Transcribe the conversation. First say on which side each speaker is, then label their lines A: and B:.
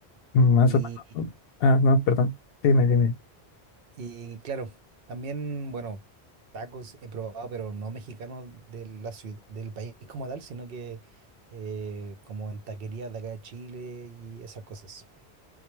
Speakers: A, on the left; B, on the right.
A: mm, más
B: Y,
A: o menos. ¿no? Ah, no, perdón. Dime, dime.
B: y claro, también, bueno, tacos he probado, pero no mexicanos de la ciudad, del país como tal, sino que eh, como en taquerías de acá de Chile y esas cosas.